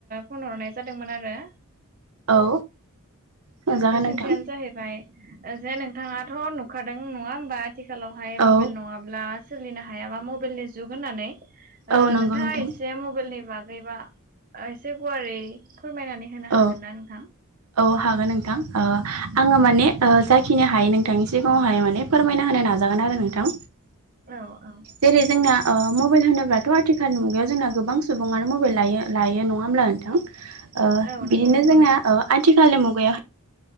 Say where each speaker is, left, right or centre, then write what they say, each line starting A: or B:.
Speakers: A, on the right (about 40°); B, on the right (about 80°).
A: फन हरनाय जादोंमोन आरो
B: औ सोंजागोन
A: बे सोंथियानो
B: नोंथां
A: जाहैबाय जे नोंथाङाथ' नुखादों नङा होमबा आथिखालावहाय मबाइल
B: औ
A: नङाब्ला सोलिनो हायाबा मबाइलनि जुग होननानै
B: औ नंगौ
A: नोंथाङा
B: नोंथां
A: एसे मबाइलनि बागै बा एसे गुवारै फोरमायनानै होनो हागोन
B: औ
A: ना नोंथां
B: औ हागोन नोंथां आङो माने जाखिनो हायो नोंथांनि सिगाङावहाय माने फोरमायना होनो नाजागोन आरो नोंथां
A: औ औ
B: जेरै जोंना मबाइल होनोब्लाथ' आथिखालनि मुगायाव जोंना गोबां सुबुङानो मबाइल लायो-लायो नङा होनब्ला नोंथां
A: औ नंगौ
B: बिदिनो
A: नोंथां।
B: जोंना आथिखालनि मुगायाव